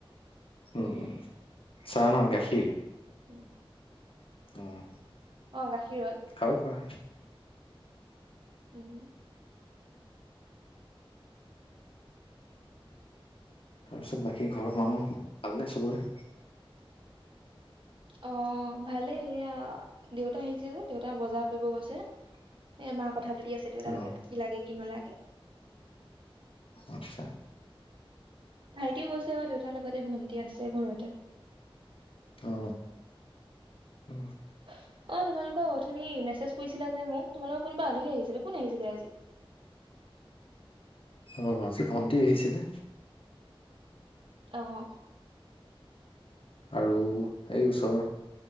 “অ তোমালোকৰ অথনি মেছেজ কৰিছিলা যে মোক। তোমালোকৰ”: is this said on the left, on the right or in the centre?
Right